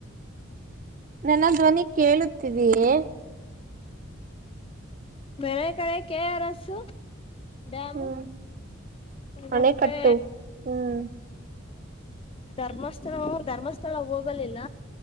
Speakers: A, on the right (about 40°); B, on the left (about 25°).
A: ನನ್ನ ಧ್ವನಿ ಕೇಳುತ್ತಿದಯೇ
B: ಬೆರೆ ಕಡೆ ಕೆ ಅರ್ ಎ ಸು ಡ್ಯಾಮು
A: ಹ್ಮ್
B: ಮತ್ತೆ
A: ಅಣೆಕಟ್ಟು ಹ್ಮ್
B: ಧರ್ಮಸ್ಥಳ ಧರ್ಮಸ್ಥಳ ಹೋಗಲಿಲ್ಲ